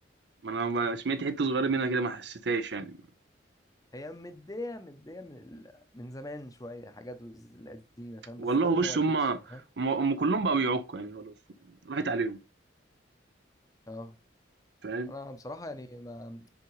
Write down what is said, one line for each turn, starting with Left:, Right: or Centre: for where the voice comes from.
Right: ما انا ما- سمعت حتة صغيرة منها كده ما حسيتهاش يعني
Left: هي مديه مديه من ال... من زمان شويه حاجات القديمه فاهم
Right: والله
Left: بس برضو
Right: بص
Left: ما ودتش
Right: هما
Left: يعني فاهم
Right: هما هما كلهم بقوا بيعكوا يعني خلاص راحت عليهم
Left: اه
Right: فاهم
Left: انا بصراحه يعني ما